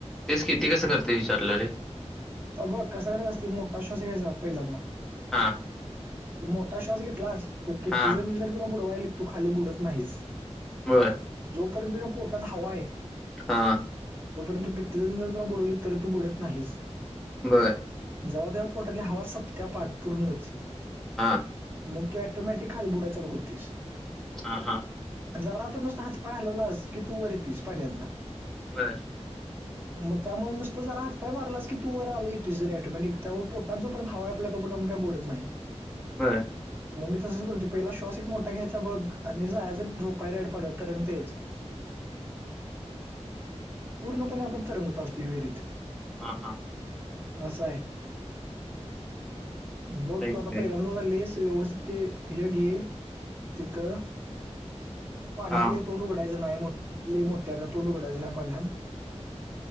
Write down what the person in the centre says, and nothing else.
तेच कि ते कसं करतोय विचारलं रे
हा
हा
बर
हा
बरं.
हां.
हा हा
बरं.
बरं.
हा हा
काय
केलंय?
हा